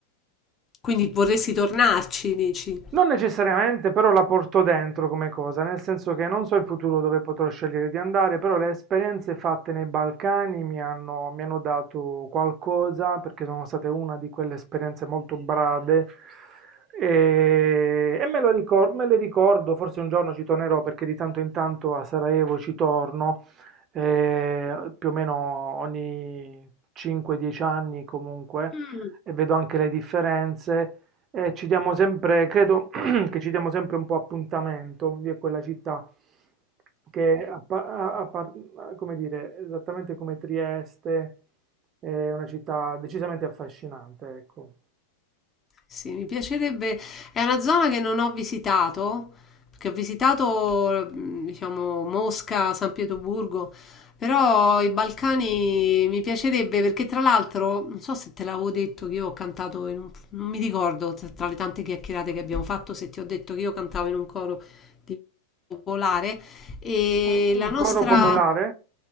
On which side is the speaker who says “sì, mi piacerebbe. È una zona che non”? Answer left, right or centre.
Left